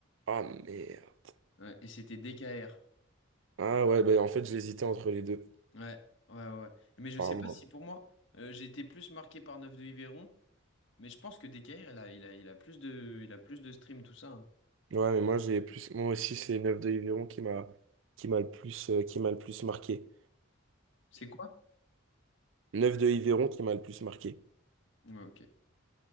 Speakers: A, on the right; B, on the left.
A: ah merde.
B: Ouais, et c'était DKR.
A: Ah ouais, bah, en fait, j'hésitais entre les deux.
B: Ouais, ouais, ouais. ouais. Mais je
A: Ah,
B: sais
A: merde.
B: pas si pour moi, euh, j'ai été plus marqué par neuf de Yveron, mais je pense que DKR, il a, il a, il a plus de, il a plus de stream, tout ça. hein.
A: Ouais, mais moi j'ai plus moi aussi c'est 9 de Yveron qui m'a qui m'a le plus euh, qui m'a le plus marqué.
B: C'est quoi?
A: Neuf de Yveron qui m'a le plus marqué.
B: Ouais, ok.